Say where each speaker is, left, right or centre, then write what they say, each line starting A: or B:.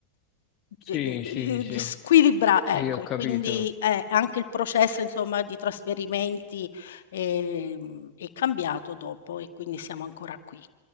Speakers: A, on the left; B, on the left.
A: sì,
B: e mhmm,
A: sì,
B: ehm,
A: sì,
B: squilibra
A: sì,
B: ecco,
A: ho
B: e
A: capito.
B: quindi eh, anche il processo insomma di trasferimenti, ehm, è cambiato dopo e quindi siamo ancora qui.